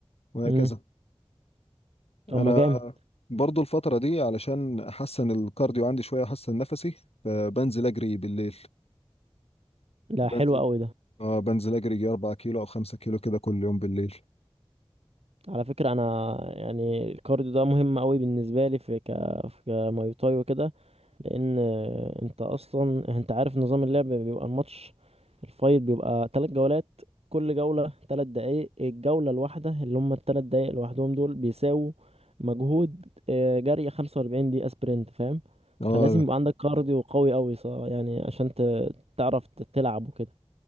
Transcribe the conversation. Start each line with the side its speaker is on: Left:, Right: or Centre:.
Left: وهكذا
Right: امم طب
Left: انا
Right: ما جامد
Left: برضو الفترة دي علشان احسن الكارديو عندي شوية احسن نفسي فبنزل اجري بالليل
Right: لا
Left: بنزل
Right: حلو قوي ده
Left: اه بنزل اجري يجي 4 كيلو او 5 كيلو كده كل يوم بالليل
Right: على فكره انا يعني الكارديو ده مهم قوي بالنسبه لي في ك في كماي تاي وكده لان آه، انت اصلا انت عارف نظام اللعب بيبقى الماتش الفايت بيبقى تلات جولات كل جولة تلات دقايق الجولة الواحدة اللي هم التلات دقايق لوحدهم دول بيساووا مجهود آه، جري 45 دقيقة سبرنت فاهم
Left: اه
Right: فلازم يبقى عندك كارديو قوي قوي ص- يعني عشان ت- تعرف ت- تلعب وكده